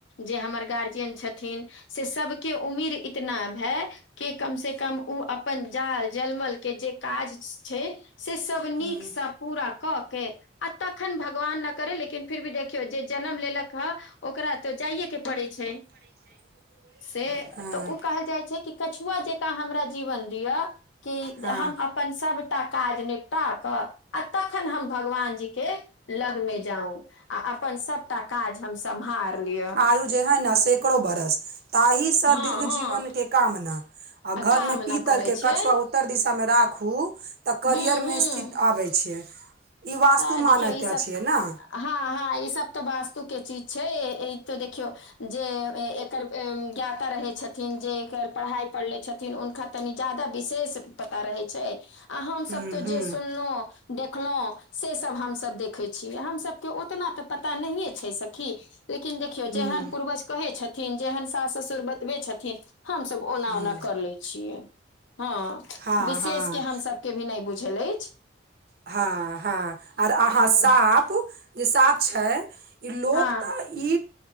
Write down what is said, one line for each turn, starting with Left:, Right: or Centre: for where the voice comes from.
Left: जे हमर गार्जियन छथिन से सबके उम्मीद इतना भय के कम से कम ओ अपन जाल जलमल के जे काज छै से सब नीक
Right: हूँ
Left: सँ पूरा कऽ के आ तखन भगवान नय करे लेकिन फिर भी देखियौ जे जनम लेलक ह ओकरा तऽ जाइएके पड़ै छै
Right: <unintelligible>
Left: से
Right: हँ
Left: तऽ ओ कहल जाइ छै कि कछुआ जे हमरा जीवन दिय कि
Right: हँ
Left: हम अपन सबटा काज ने कऽ आ तखन हम भगवान जी के लगमे जाउ आ अपन सभटा काज हम सम्हार लिअ
Right: तू जेहन सेकरो बारश ताहि सां
Left: हँ
Right: दीर्घ
Left: हँ
Right: जीवन के कामना आ घर
Left: काम
Right: मे पीतल
Left: न करै
Right: के कछुआ
Left: छै
Right: अत्तर दिशा मे राखू तऽ करियर
Left: हूँ हूँ
Right: मे स्थित आबै छै ई वास्तुमान
Left: आ देखियौ
Right: एतय
Left: ई सब
Right: छै ने
Left: हँ हँ ई सब तऽ वास्तु के चीज छै ई त देखियौ जे एकर ज्ञात पता रहै छथिन जे एकर पढ़ाई पढ़ ले छथिन हुनका तनि ज्यादा विशेष पता रहै छै आ हम
Right: हूँ
Left: सभ तो
Right: हूँ
Left: जे सुनलहुँ देखलहुँ से सब हमसभ देखै छियै हम सभ के ओतना तऽ पता नहिए छै सखी लेकिन देखियौ
Right: हूँ
Left: जेहन पूर्वज कहै छथिन जेहन सास ससुर बतबै छथिन हमस ओना
Right: हूँ
Left: ओना कर ले छियै हँ
Right: हँ
Left: विशेष
Right: हँ
Left: के हम सब के भी नय बुझल अछि
Right: हँ हँ आर अहाँ
Left: हँ
Right: साफ जे साप छै ई लोक
Left: हँ
Right: तऽ ई